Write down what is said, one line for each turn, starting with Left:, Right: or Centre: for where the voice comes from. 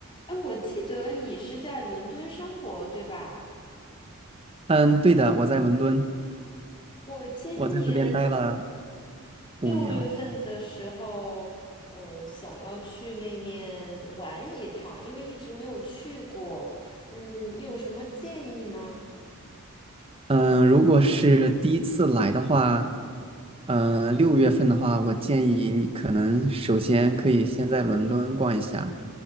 Left: 哎，我记得你是在伦敦生活，对吧？
Right: 嗯，对的，我在伦敦，
Left: 我今年
Right: 我在这边待了
Left: 六月份的时候，
Right: 五年了。
Left: 呃，想要去那面玩一趟，因为一直没有去过。嗯，你有什么建议吗？
Right: 嗯，如果是第一次来的话，嗯，六月份的话，我建议你可能首先可以先在伦敦逛一下，